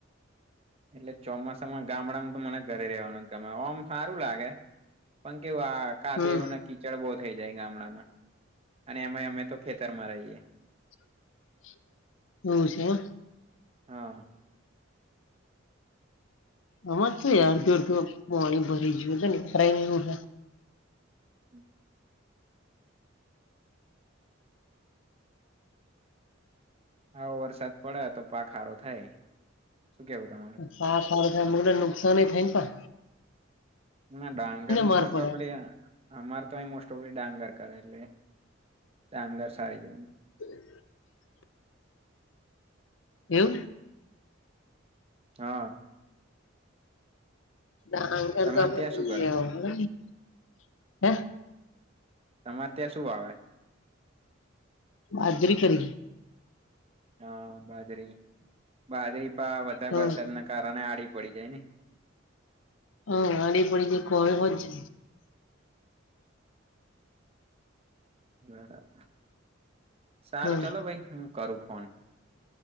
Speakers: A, on the right (about 30°); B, on the left (about 70°).
A: એટલે ચોમાસામાં ગામડામાં તો મને ઘરે રહેવાનું ગમે ઓમ હારું લાગે પણ કેવું આ કાદેવ
B: હમ
A: ને કી <unintelligible> બો થઈ જાય ગામડામાં અને એમાં અમે તો ખેતરમાં રહીયએ
B: <unintelligible>
A: હા
B: <unintelligible> પોણી ભરી ગયું તો ભરાય ને
A: <inaudible> હા વરસાદ પડે તો પાક સારો થાય શું કેવું તમારું
B: <unintelligible> નુકસાન થાય ને પણ
A: ના ડાંગરને
B: માર
A: મોસ્ટ
B: પડે
A: <unintelligible> અમારે તો અ મોસ્ટ ઓફલી ડાંગર કરે એટલે ડાંગર સારી જાય
B: <inaudible> એવું
A: હા
B: ડાંગર
A: તમારે
B: ગમે
A: ત્યાં શું
B: <unintelligible>
A: કરે
B: હ
A: તમારે ત્યાં શું વાવે
B: બાજરી કરી
A: હા બાજરી બાજરી પણ વધારે
B: હમ
A: વરસાદના કારણે આડી પડી જાય ને
B: હ આડી પડી જે કોમે હો છે
A: બરાબર સારું
B: હમ
A: ચાલો ભાઈ હ કરું ફોન